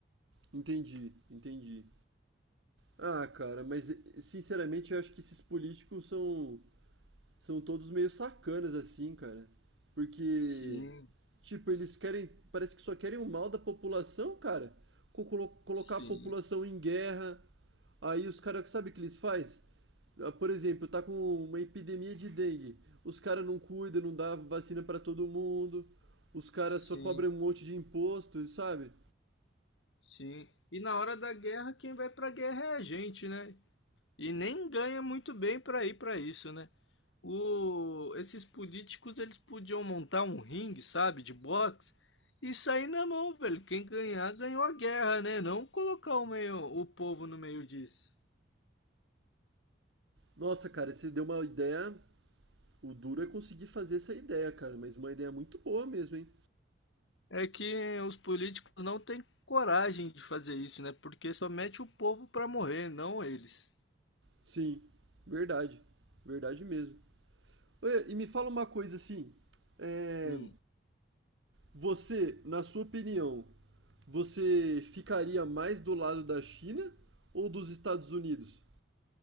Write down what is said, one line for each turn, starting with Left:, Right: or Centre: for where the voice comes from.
Right: Entendi, entendi. Ah, cara, mas eh, sinceramente eu acho que esses políticos são. são todos meio sacanas assim, cara. Porque,
Left: Sim,
Right: tipo, eles querem, parece que só querem o mal da população, cara. Co- colo- colocar
Left: sim,
Right: a população em guerra. Aí os caras, sabe o que eles faz? Ah, Por exemplo, tá com uma epidemia de dengue. Os caras não cuidam, não dá vacina pra todo mundo. Os caras
Left: sim,
Right: só cobram um monte de imposto, sabe?
Left: sim. E na hora da guerra, quem vai pra guerra é a gente, né? E nem ganha muito bem pra ir pra isso, né? O... Esses políticos, eles podiam montar um ringue, sabe, de boxe, e sair na mão, velho. Quem ganhar, ganhou a guerra, né? Não colocar o meio, o povo no meio disso.
Right: Nossa, cara, você deu uma ideia. O duro é conseguir fazer essa ideia, cara, mas uma ideia muito boa mesmo, hein?
Left: É que os políticos não têm coragem de fazer isso, né? Porque só mete o povo pra morrer, não eles.
Right: Sim, verdade. Verdade mesmo. Olha, E me fala uma coisa assim, é,
Left: Um,
Right: você, na sua opinião, você ficaria mais do lado da China ou dos Estados Unidos?